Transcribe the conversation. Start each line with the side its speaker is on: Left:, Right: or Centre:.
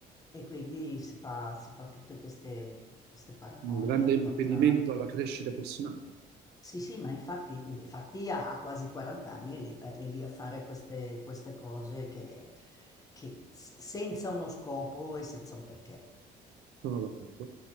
Left: E quindi si fa, si fa tutte queste, queste paranoie
Right: un grande
Left: al
Right: impedimento
Left: contrario.
Right: alla crescita personale.
Left: Sì, sì, ma infatti, eh, infatti ha quasi 40 anni e lì, è lì a fare queste, queste cose che, che s- senza uno scopo e senza un perché.
Right: Sono d'accordo.